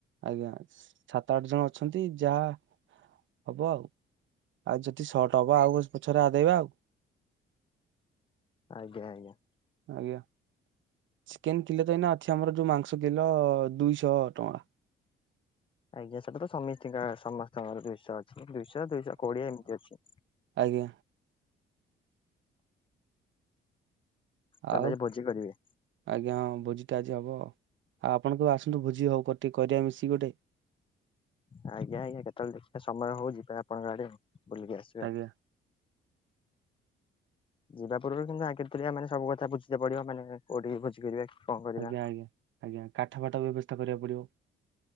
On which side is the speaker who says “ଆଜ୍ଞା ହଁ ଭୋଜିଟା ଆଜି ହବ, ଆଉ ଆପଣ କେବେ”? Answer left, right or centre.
Right